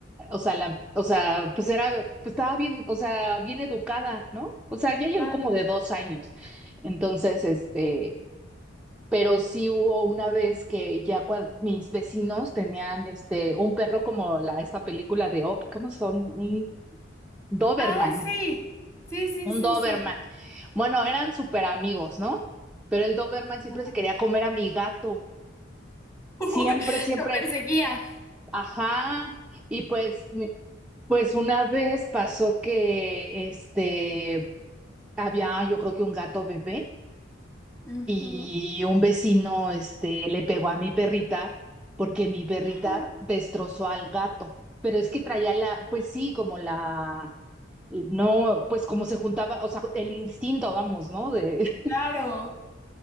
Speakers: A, in the centre; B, on the left.
A: o sea, la, o sea, pues era, pues estaba bien, o sea, bien educada, ¿no? O sea, ya llegó
B: claro.
A: como de dos años. Entonces, este, pero sí hubo una vez que ya cuando mis vecinos tenían este, un perro como la, esta película de Op, ¿cómo son? Un Doberman.
B: Ay, sí. Sí, sí,
A: Un
B: sí,
A: Doberman.
B: sí.
A: Bueno, eran súper amigos, ¿no? Pero el Doberman siempre
B: Ajá.
A: se quería comer a mi gato.
B: <laughs>
A: Siempre, siempre.
B: Lo perseguía.
A: Ajá. Y pues, mi- pues una vez pasó que este había, yo creo que un gato bebé
B: Ujú.
A: y un vecino este le pegó a mi perrita porque mi perrita
B: Ah,
A: destrozó al gato. Pero es que traía la, pues sí, como la no, pues como se juntaba, o sea, el instinto, vamos, ¿no? De
B: Claro.